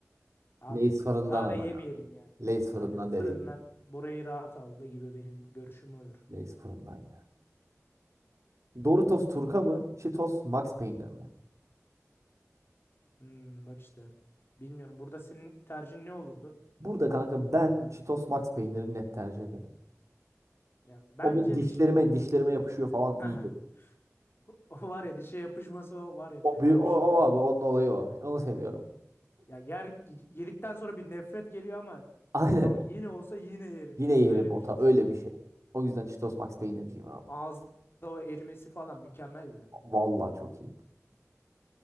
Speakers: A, on the left; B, on the right.
A: Abi
B: Lay's fırından
A: daha
B: ama.
A: da yemeyelim yani.
B: Lay's
A: Aynen
B: fırından
A: fırından
B: dediğim gibi.
A: burayı rahat aldı gibi benim görüşüm olur.
B: Lay's fırından ya. Doritos Turka mı? Cheetos Max Peynir mi?
A: Hmm, bak işte. Bilmiyorum burada senin tercihin ne olurdu?
B: Burada kanka ben Cheetos Max Peynir'i net tercih ederim.
A: Ya bence
B: O böyle dişlerime
A: de şimdi bak
B: dişlerime yapışıyor falan
A: <laughs>
B: iyi geliyor.
A: o var ya dişe yapışması o var ya
B: O,
A: fena
B: bir- o,
A: bir şey abi.
B: o abi onun olayı o. Onu seviyorum.
A: Ya yer yedikten sonra bir nefret geliyor ama
B: <laughs> Aynen.
A: ama yine olsa yine yerim
B: Yine
A: yani
B: yerim
A: öyle
B: ota
A: bir cips.
B: öyle bir şey. O yüzden Cheetos Max Peynirciyim abi.
A: Ağızda o erimesi falan mükemmel ya.
B: Vallahi çok iyi.